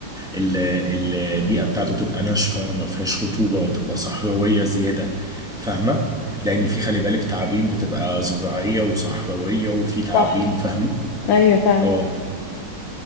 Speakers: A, in the centre; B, on the left (about 85°).
A: ال البيئة بتاعته تبقى ناشفة ما فيهاش رطوبة وتبقى صحراوية زيادة فاهمة؟ لأن في خلي بالك تعابين بتبقى زراعية وصحراوية وفي تعابين
B: صح
A: فاهمة؟
B: ايوه فعلا
A: اه